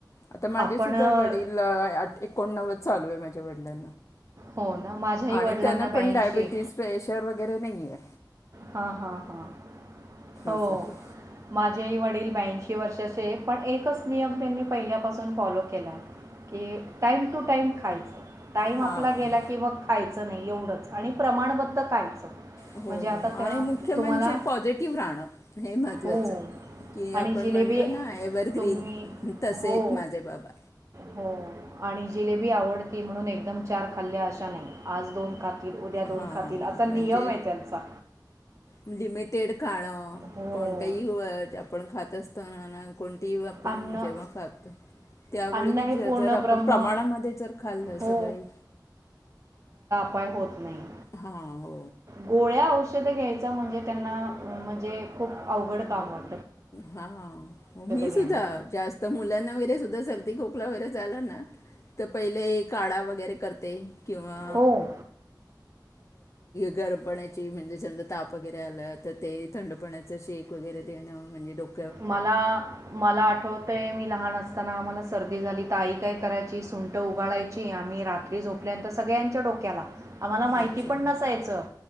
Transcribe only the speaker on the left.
आता माझे
सुद्धा
वडील एकोणनव्वद. चालू आहे माझ्या वडलां.
आणि
त्यान
पण डायबिटीस प्रेशर वगैरे नाहीये
असू दे
हां
हो
आणि
मुख्य
म्हणजे पॉझिटिव्ह राहणं हे महत्त्वाचं
की आपण
म्हणतो ना एव्हरग्रीन
तसे
आहेत माझे बाबा.
हां
म्हणजे
लिमिटेड खाणं
कोणतही आपण खात. असत ना. कोणती आपण
जेव्हा खात त्यावेळी
जर आपण
प्रमाणामध्ये जर खाल्लं
सगळे.
हा हो.
हा मी
सुद्धा जास्त मुलांना वगैरे सुद्धा सर्दी खोकला वगैरे झाला ना तर पहिले काळाा वगैर. वगैरे करते. किंवा.
गरम पाण्याची म्हणजे समजा ताप वगैरे आला तर ते थंड पाण्याच शेक वगैरे देणं म्हणजे डक्.
अच्छा